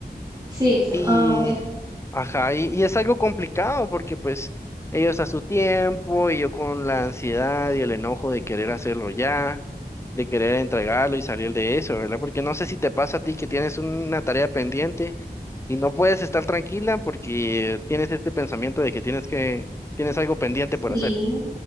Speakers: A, on the right (about 25°); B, on the left (about 15°).
A: Sí, exacto.
B: Y
A: Ah, ok.
B: Ajá, y, y es algo complicado porque pues ellos a su tiempo y yo con la ansiedad y el enojo de querer hacerlo ya, de querer entregarlo y salir de eso, ¿verdad? Porque no sé si te pasa a ti que tienes una tarea pendiente y no puedes estar tranquila porque tienes este pensamiento de que tienes que, tienes algo pendiente por
A: Sí.
B: hacer.